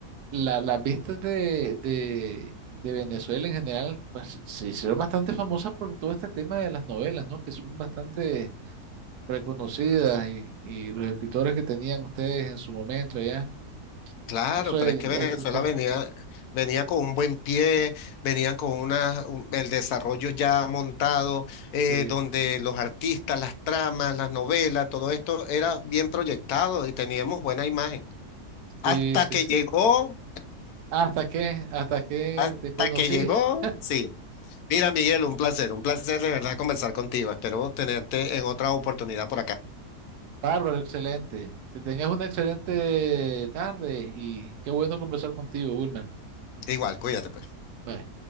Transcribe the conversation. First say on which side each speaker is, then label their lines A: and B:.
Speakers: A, on the right; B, on the left.
A: la- las vistas de, de, de Venezuela en general pues, se hicieron bastante famosas por todo este tema de las novelas, ¿no? Que son bastante reconocidas y, y los escritores que tenían ustedes en su momento allá.
B: Claro,
A: Eso
B: pero
A: es,
B: es que Venezuela
A: es por-
B: venía, venía con un buen pie, venían con una, un- el desarrollo ya montado, eh,
A: sí,
B: donde los artistas, las tramas, las novelas, todo esto era bien proyectado y teníamos buena imagen. Hasta
A: sí, sí,
B: que
A: sí.
B: llegó,
A: Hasta que, hasta que
B: hasta
A: te conocí.
B: que llegó,
A: <laughs>
B: sí. Mira, Miguel, un placer, un placer de verdad conversar contigo. Espero tenerte en otra oportunidad por acá.
A: Bárbaro, excelente. Que tengas una excelente tarde y qué bueno conversar contigo, Wilmer.
B: Igual, cuídate, pues.
A: Bye.